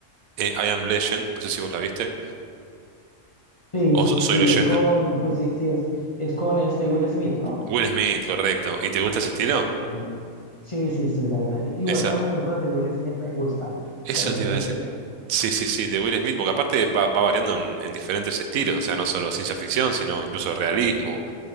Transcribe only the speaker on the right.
eh, I Am Legend? No sé si vos la viste.
O So- Soy
Leyenda.
Will Smith, correcto. ¿Y te gusta ese estilo?
Esa,
eso
te iba
a decir. Sí, sí, sí, de Will Smith, porque aparte va, va variando en, en diferentes estilos, o sea, no solo ciencia ficción, sino incluso realismo,